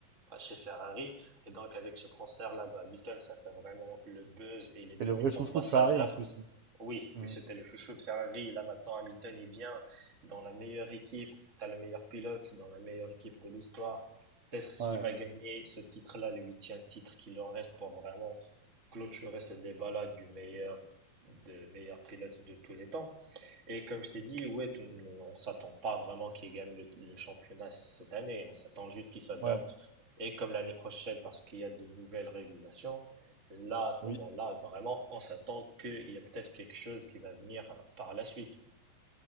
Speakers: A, on the right; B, on the right.
A: hein, chez Ferrari. Et donc avec ce transfert-là de Hamilton, ça fait vraiment le buzz et il
B: C'était
A: est devenu
B: le vrai chouchou
A: ambassadeur.
B: de Ferrari en plus.
A: Oui,
B: Mm.
A: c'était le chouchou de Ferrari. Là maintenant, Hamilton il vient dans la meilleure équipe, t'as le meilleur pilote, dans la meilleure équipe de l'histoire. Peut-être s'il
B: Ouais,
A: va gagner ce titre-là, le huitième titre qu'il en reste pour vraiment clôturer ce débat-là du meilleur de meilleur pilote de tous les temps. Et comme je t'ai dit, ouais, tout- on s'attend pas vraiment qu'il gagne le, le championnat cette année. On s'attend juste qu'il s'adapte.
B: ouais,
A: Et comme l'année prochaine, parce qu'il y a de nouvelles régulations, là, à ce
B: oui.
A: moment-là, vraiment, on s'attend qu'il y a peut-être quelque chose qui va venir euh, par la suite.